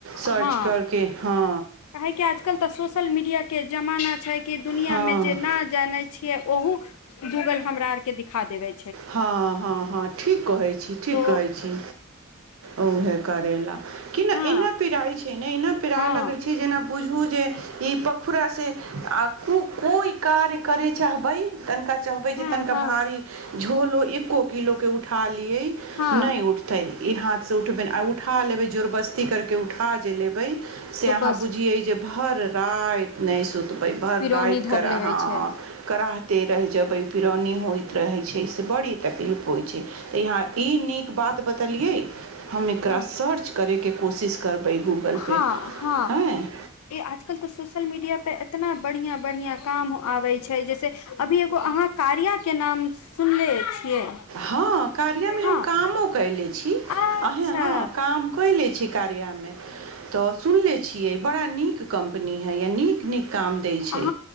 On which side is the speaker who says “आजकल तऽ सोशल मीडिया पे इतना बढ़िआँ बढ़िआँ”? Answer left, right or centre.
Left